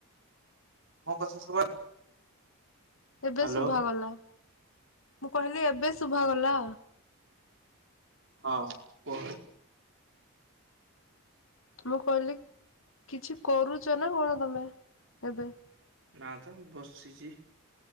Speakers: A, on the right; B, on the left.
A: ମୋ କଥା ଶୁଭା ହ୍ୟାଲୋ
B: ଏବେ ଶୁଭା ଗଲା ମୁଁ କହିଲି ଏବେ ଶୁଭା ଗଲା।
A: ହଁ କହ।
B: ମୁଁ କହିଲି କିଛି କରୁଛ ନା କଣ ତମେ ଏବେ?
A: ନା ତ ବସିଚି।